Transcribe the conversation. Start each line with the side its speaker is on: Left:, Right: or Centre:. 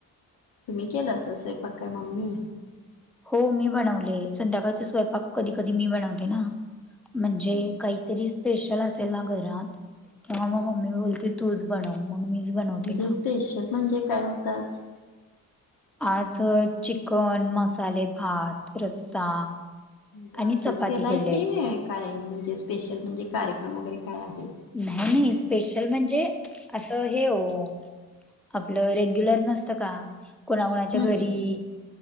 Left: तुम्ही केल असल स्वयंपाक काय मम्मी?
Centre: हो मी बनवले, संध्याकाळचे स्वयंपाक कधी कधी मी बनवते ना, म्हणजे
Left: हम्म
Centre: काही तरी स्पेशल असेल ना घरात किं हा
Left: हम्म
Centre: मग मम्मी बोलते तूच बनव, मग मीच बनवते
Left: म्हणजे
Centre: ना.
Left: स्पेशल म्हणे काय ताच
Centre: आज चिकन, मसाले भात, रस्सा
Left: म्हणजे
Centre: आणि
Left: असंच
Centre: चपाती
Left: केलंय
Centre: केलेत.
Left: की काय म्हणजे स्पेशल म्हणजे कार्यक्रम वगैरे काय आहे?
Centre: नाही नाही स्पेशल म्हणजे असं हे हो आपलं रेग्युलर नसतं का कोणाकोणाच्या
Left: हम्म
Centre: घरी
Left: हम्म